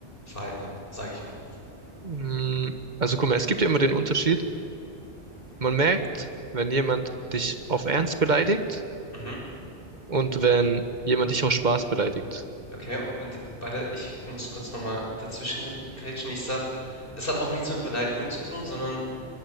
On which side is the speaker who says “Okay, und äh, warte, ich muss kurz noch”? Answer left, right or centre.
Left